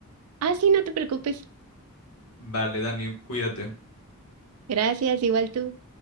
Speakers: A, on the right; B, on the left.
A: Ah, sí, no te preocupes.
B: Vale, Dani, cuídate.
A: Gracias, igual tú.